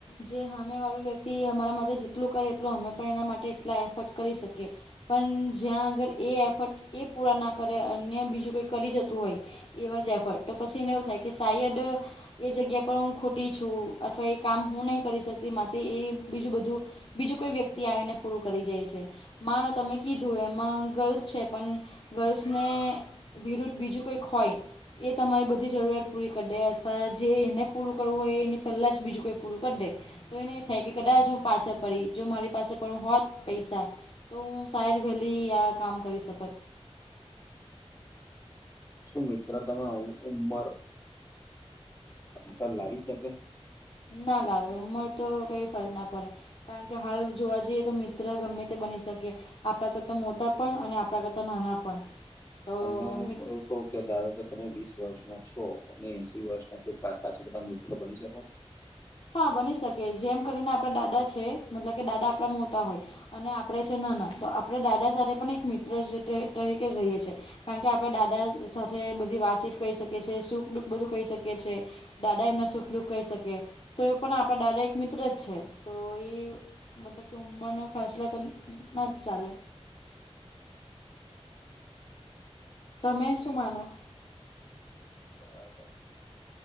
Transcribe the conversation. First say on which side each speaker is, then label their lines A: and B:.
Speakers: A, on the left (about 55°); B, on the left (about 25°).
A: જે હમે વાળું વ્યક્તિ અમારા માટે જેટલું કરે, એટલું અમે. પણ એના માટે એટલા એફર્ટ કરી શકીએ. પણ જ્યાં આગળ એ એફર્ટ એ પૂરા ના કરે, અન્ય બીજું કોંઈ કરી જતું હોય. એવા જ એફટ તો પછી ને, એવું થાય કે સાયદ. એ જગ્યા પર, હું ખોટી છું, અથવા એ કામ હું નહી કરી શકતી માટે એ બીજું બધું. બીજું કોઈ વ્યક્તિ આવીને પૂરું કરી જાય છે. માનો તમે કીધું એમાં ગર્લ્સ છે, પણ ગર્લ્સને વિરુદ્ધ બીજું કઈક હોય. એ તમારી બધી જરૂરિયાત પૂરી કરી દે, અથવા જે એને પૂરું કરવું હોય, એની પહેલાં જ બીજું કંઈ પૂરું કરી દે. તો એ નહી થાય કે, કદાચ હું પાછળ પડી જો મારી પાસે પડ હોત પૈસા. તો હું સાહેર વહેલી યા કામ કરી શકે.
B: શું મિત્ર તમે ઉમર અ પણ લાવી શકે?
A: ના લાવે, ઉંમર તો કઈ ફર ના પડે. કારણ કે, હાલ જોવા જઈએ તો, મિત્ર ગમે તે બની શકે. આપણા કરતા મોતા પણ અને આપણા કરતા નાના પણ. તો
B: તમ <unintelligible>
A: મિત
B: કે ધારો કે, તમે વીસ વર્ષ ના છો, અને એસી વર્ષના કોઈ કાકા છોડતા મિત્ર બની શકો.
A: હા બની શકે, જેમ કરીને આપણા દાદા છે, મતલબ કે, દાદા આપણા મોતા હોય. અને આપણે છે, નાના તો આપણે દાદા સાથે પણ એક મિત્ર તરીકે રહીએ છીએ. કારણ કે, આપણે દાદા સાથે બધી વાતચીત કરી શકીએ છીએ, શું બધું કરી હી શકીએ છીએ. દાદા એમના સુખલુખ કહી શકે તો, એ પણ આપણા દાદા એક મિત્ર જ છે, તો એ મતલબ કે, ઉંમર ન ફસલો તો ના જ ચાલે. શું?
B: બરાબર.